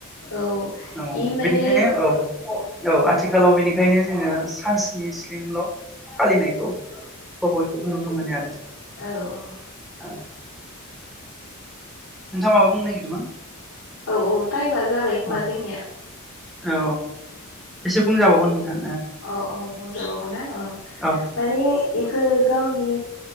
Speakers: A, on the left (about 80°); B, in the centre.
A: औ
B: ओ औ
A: इ माने
B: बेनिखायनो औ औ आथिखालाव बेनिखायनो जोङो सानसिनि स्लिमल' फालिनायखौ ब बयखौबो नुनो मोनो आरो
A: औ औ
B: औ नोंथाङा माबा बुंनो नागिरदोंमोन
A: औ औ ताय मा जाबाय खोमा
B: औ
A: जोंनिया
B: औ एसे बुंजाबावगोन नोंथां
A: अ अ बुंजाबावगोनना अ
B: ओ औ
A: माने इफोर गावनि